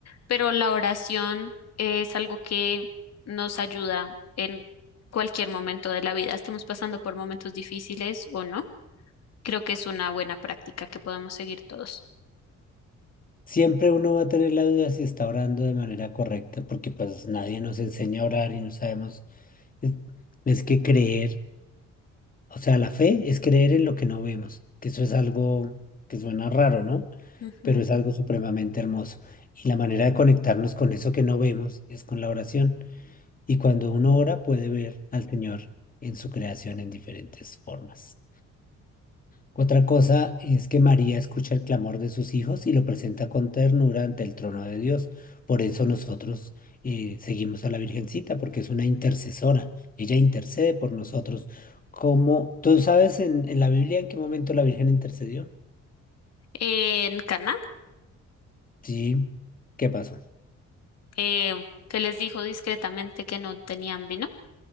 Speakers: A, on the left (about 55°); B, on the left (about 30°).
A: pero la oración es algo que nos ayuda en cualquier momento de la vida. Estamos pasando por momentos difíciles o no. Creo que es una buena práctica que podemos seguir todos.
B: Siempre uno va a tener la duda si está orando de manera correcta, porque pues nadie nos enseña a orar y no sabemos. Es, es que creer, o sea, la fe es creer en lo que no vemos, que eso es algo que suena raro, ¿no?
A: Ujú.
B: Pero es algo supremamente hermoso. Y la manera de conectarnos con eso que no vemos es con la oración. Y cuando uno ora puede ver al Señor en su creación en diferentes formas. Otra cosa es que María escucha el clamor de sus hijos y lo presenta con ternura ante el trono de Dios. Por eso nosotros eh, seguimos a la Virgencita, porque es una intercesora. Ella intercede por nosotros. Como, ¿tú sabes en, en la Biblia en qué momento la Virgen intercedió?
A: En Cana,
B: Sí. ¿Qué pasó?
A: eh, que les dijo discretamente que no tenían vino.